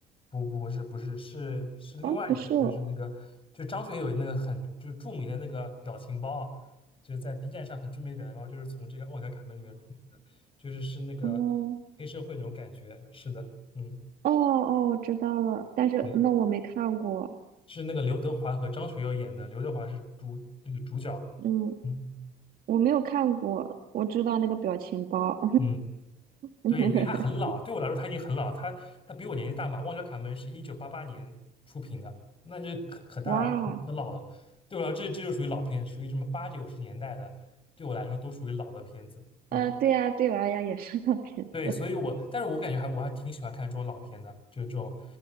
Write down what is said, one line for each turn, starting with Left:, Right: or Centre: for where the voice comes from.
Left: 不不不是不是是是另外一个，
Right: 哦，不是，
Left: 就是那个就张学友那个很就是著名的那个表情包啊，
Right: 哦
Left: 就是在 B 站上很著名的表情包，就是从这个《旺角卡门》里面出来的，就是是那个
Right: 哦。
Left: 黑社会那种感觉。是的，嗯，
Right: 哦哦，我知道了，但是那我没看过，
Left: 对，是那个刘德华和张学友演的，刘德华是主那个主角。
Right: 嗯，
Left: 嗯
Right: 我没有看过，我知道那个表情包，
Left: 嗯，
Right: <laughs>
Left: 对，因为他很老，对我来说他已经很老，他他比我年纪大嘛。旺角卡门是一九八八年出品的，那这可可大了，
Right: 哇，
Left: 可老了。对我来说，这这就属于老片，属于什么八九十年代的，对我来说都属于老的片子。嗯，
Right: 呃，对呀，对娃呀，也是那片子，
Left: 对，所以我，但是我感觉还我还挺喜欢看这种老片的，就这种，